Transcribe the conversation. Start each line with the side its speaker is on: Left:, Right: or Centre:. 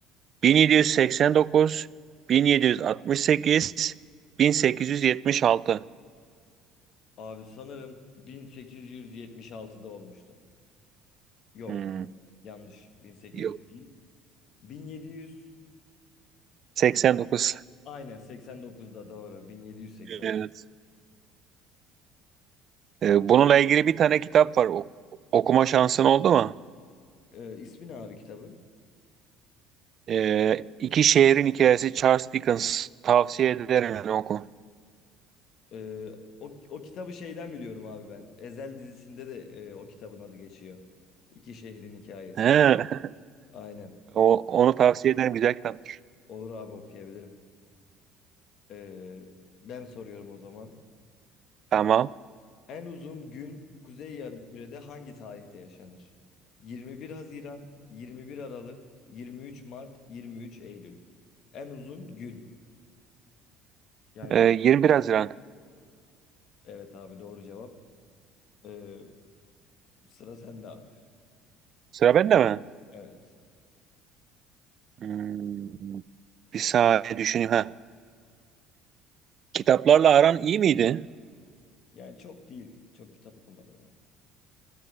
Right: 1789, 1768, 1876.
Left: Abi sanırım 1876'da olmuştu. Yok.
Right: Hmm,
Left: Yanlış. 1800
Right: Yok.
Left: değil. 1700.
Right: 89.
Left: Aynen 89'da doğru. 1780.
Right: Evet. Ee, bununla ilgili bir tane kitap var. O- okuma şansın oldu mu?
Left: Ee, ismi ne abi kitabın?
Right: Ee, İki Şehrin Hikayesi Charles Dickens. Tavsiye ederim yani oku.
Left: Ee, o, o kitabı şeyden biliyorum abi ben. Ezel dizisinde de e, o kitabın adı geçiyor. İki şehrin hikayesi.
Right: He,
Left: Aynen.
Right: <laughs> o, onu tavsiye ederim. Güzel kitap.
Left: Olur abi okuyabilirim. Ee, ben soruyorum o zaman.
Right: Tamam.
Left: En uzun gün Kuzey Yarımküre'de hangi tarihte yaşanır? 21 Haziran, 21 Aralık, 23 Mart, 23 Eylül. En uzun gün. Yani
Right: Ee,
Left: en
Right: 21 Haziran.
Left: evet abi doğru cevap. Ee, sıra sende abi.
Right: Sıra bende mi?
Left: Evet.
Right: Hmm, bir saniye düşüneyim. Ha. Kitaplarla aran iyi miydi?
Left: Yani çok değil. Çok kitap okumadım abi.